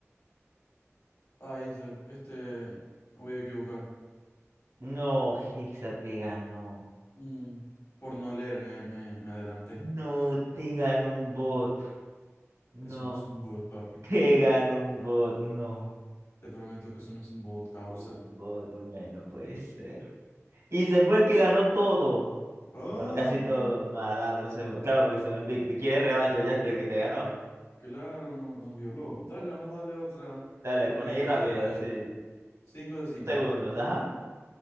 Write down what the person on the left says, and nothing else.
Ay, este, este, me voy a equivocar.
Mm, por no leer me, me, me adelanté.
Eso no es un bot, papi.
Te prometo que eso no es un bot, causa.
Papi.
Claro, nos, nos violó. Dale, vamos a darle otra
rapidito
de
5 de 5.